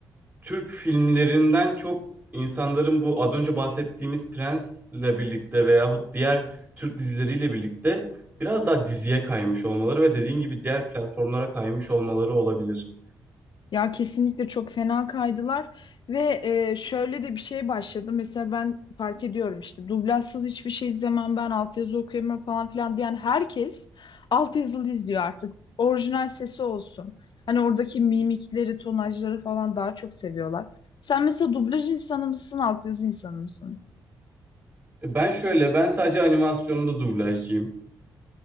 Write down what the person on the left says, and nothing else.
Ya kesinlikle çok fena kaydılar ve e, şöyle de bir şey başladı. Mesela ben fark ediyorum işte dublajsız hiçbir şey izlemem ben altyazı okuyamam falan filan diyen herkes altyazılı izliyor artık. Orijinal sesi olsun. Hani oradaki mimikleri, tonajları falan daha çok seviyorlar. Sen mesela dublaj insanı mısın, altyazı insanı mısın?